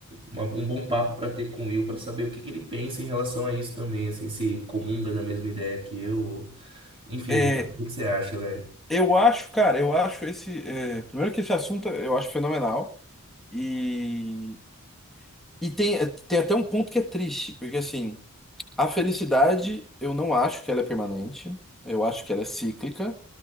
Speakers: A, on the right (about 25°); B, in the centre.
A: uma- um bom papo para ter com o Will, para saber o que que ele pensa em relação a isso também, assim, se comunga da mesma ideia que eu, ou- enfim,
B: É,
A: mano, o que que você acha, velho?
B: eu acho, cara, eu acho esse. é, primeiro que esse assunto eu acho fenomenal. E, e tem, tem até um ponto que é triste, porque assim, a felicidade eu não acho que ela é permanente, eu acho que ela é cíclica.